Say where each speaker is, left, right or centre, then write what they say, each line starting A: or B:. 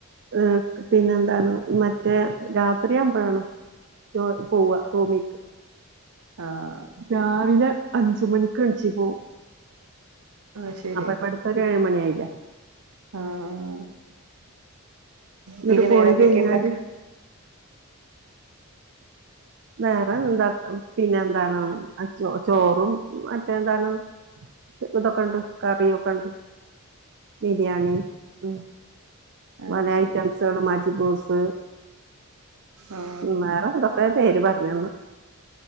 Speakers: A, on the right (about 50°); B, on the right (about 85°).
A: ഏഹ് പിന്നെ എന്താണ് മറ്റേ രാത്രിയാമ്പഴാണ് പോവ റൂമിക്ക്
B: ആഹ
A: രാവിലെ അഞ്ച്മണിക്ക് എണിച്ചു പോവും
B: ആഹ് ശരി
A: അപ്പൊ ഇവിടു ഒര് ഏഴ് മണി ആയില്ലെ
B: ആഹ ആഹ
A: എന്നിട്ട്
B: പിന്നെ വേറെന്തൊക്കെ
A: പോയി കഴിഞ്ഞാല്
B: ഇണ്ടാക്ക
A: വേറെ എന്താ പിന്നെ എന്താണ് ചോറും മറ്റേ എന്താണ് ഇതൊക്കെ ഉണ്ട് കറിയൊക്കെണ്ട് ബിരിയാണി ഉം
B: ആഹ്
A: പല
B: ശരി
A: ഐറ്റംസുകള് മജിപൂസ്
B: ആഹ്
A: വേറെ എന്തൊക്കെ പേര് പറഞ്ഞളൂ